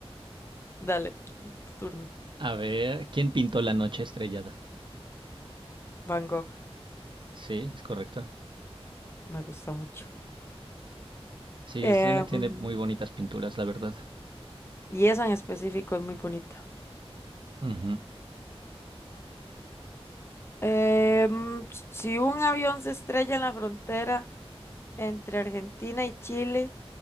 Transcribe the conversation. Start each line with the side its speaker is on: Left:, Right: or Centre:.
Left: Dale, mm, tu turno.
Right: A ver, ¿quién pintó la noche estrellada?
Left: Van Gogh,
Right: Sí, es correcto.
Left: me gusta mucho.
Right: Sí,
Left: Em,
Right: tiene, tiene muy bonitas pinturas, la verdad.
Left: y esa en específico es muy bonita.
Right: Ujú.
Left: Em, si un avión se estrella en la frontera entre Argentina y Chile,